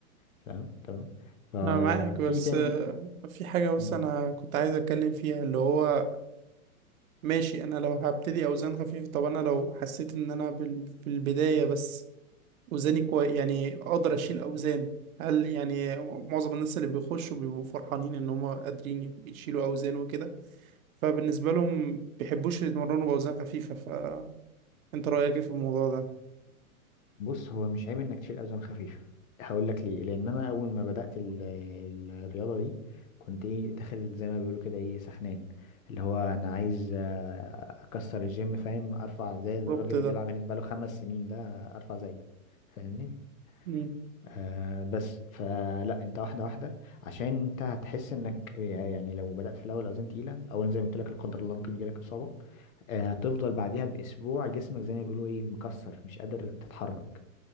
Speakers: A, on the left (about 70°); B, on the right (about 70°).
A: فاهم تمام ففي
B: انا معاك بس
A: ايه تاني
B: آه، في حاجة بس
A: مم.
B: انا كنت عايز اتكلم فيها اللي هو ماشي انا لو هبتدي اوزان خفيفة طب انا لو حسيت ان انا بال- في البداية بس وزني كويس يعني اقدر اشيل اوزان هل يعني معظم الناس اللي بيخشوا بيبقوا فرحانين ان هم قادرين يشيلوا اوزان وكده فبالنسبه لهم بيحبوش يتمرنوا باوزان خفيفه فانت رايك ايه في الموضوع ده
A: بص هو مش عيب انك تشيل اوزان خفيفه هقول لك ليه لان انا اول ما بدات ال- ال- الرياضه دي كنت ايه داخل زي ما بيقولوا كده ايه سخنان اللي هو انا عايز آه، اكسر الجيم فاهم ارفع زي الراجل
B: بالظبط
A: اللي
B: ده
A: بيلعب هناك بقاله خمس سنين ده ارفع زيه فاهمني
B: مم.
A: آه بس فلا انت واحده واحده عشان انت هتحس انك يعني لو بدات في الاول اوزان تقيله اولا زي ما قلت لك لا قدر الله ممكن يجيلك اصابه آه، هتفضل بعديها باسبوع جسمك زي ما بيقولوا ايه مكسر مش قادر تتحرك